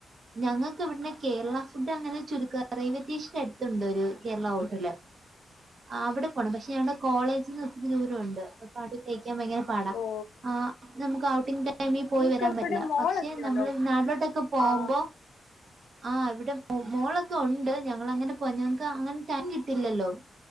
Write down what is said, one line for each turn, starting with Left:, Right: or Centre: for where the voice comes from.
Right: ഞങ്ങക്ക് ഇവ്ട്ന്ന് കേരളാ ഫുഡങ്ങനെ ചുരുക്കാ റെയിൽവേറ്റേഷനട്ത്തുണ്ടാെരു കേരളാ ഹോട്ടല് അവിടെ പോണം പക്ഷെ ഞങ്ങളുടെ കോളേജിൽന്ന് ഒത്തിരി ദൂരഉണ്ട് പാട്ട് കേക്കാൻ ഭയങ്കര പാടാ
Left: ഓ
Right: ആ നമുക്ക് ഔട്ടിങ് ടൈം ടൈമി പോയി
Left: നിങ്ങക്ക്
Right: വരാൻ
Left: അവിടെ
Right: പറ്റില്ല
Left: മോളൊക്കെ
Right: പക്ഷെ നമ്മള്
Left: ഉണ്ടോ
Right: നാട്ടിലോട്ടൊക്കെ പോകുമ്പോ
Left: ആ
Right: ആഹ് ഇവിടെ മോളൊക്കെ ഒണ്ട് ഞങ്ങളങ്ങനെ പോ ഞങ്ങക്കങ്ങനെ ടൈം കിട്ടില്ലല്ലോ?